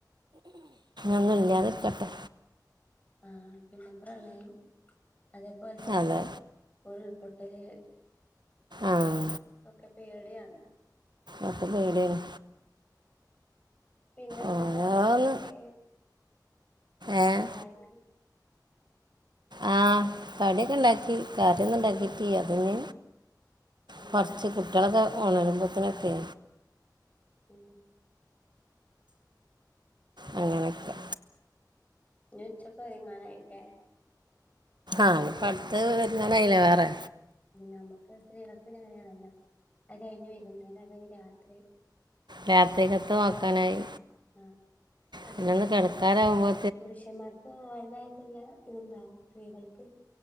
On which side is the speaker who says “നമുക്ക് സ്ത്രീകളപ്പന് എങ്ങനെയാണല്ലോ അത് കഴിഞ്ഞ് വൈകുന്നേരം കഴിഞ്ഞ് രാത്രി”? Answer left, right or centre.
Left